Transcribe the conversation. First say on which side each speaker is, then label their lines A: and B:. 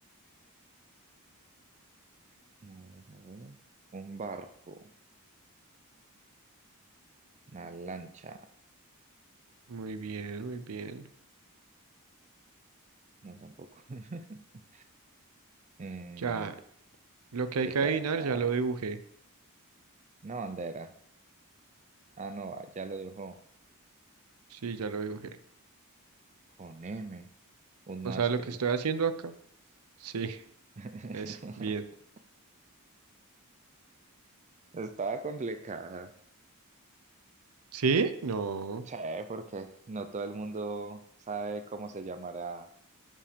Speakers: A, on the right; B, on the right.
A: ver, a ver. Un barco. Una lancha.
B: Muy bien, muy bien.
A: No, tampoco. <laughs> Eh,
B: Ya, lo que
A: Pirata.
B: hay que adivinar ya lo dibujé.
A: Una bandera. Ah, no, ah, ya lo dejó.
B: Sí, ya lo dibujé.
A: Con M. Un mástil.
B: O sea, lo que estoy haciendo acá. Sí,
A: <laughs>
B: <laughs> eso, bien.
A: Estaba complicada.
B: ¿Sí? No.
A: Sí, porque no todo el mundo sabe cómo se llamará